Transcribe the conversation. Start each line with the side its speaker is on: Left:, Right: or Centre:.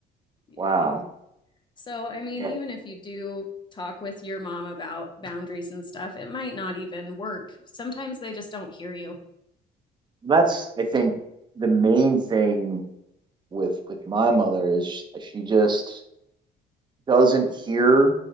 Left: Yeah.
Right: Wow.
Left: So, I mean,
Right: Yeah.
Left: even if you do talk with your mom about boundaries and stuff, it might not even work. Sometimes they just don't hear you.
Right: That's, I think, the main thing with with my mother is she just doesn't hear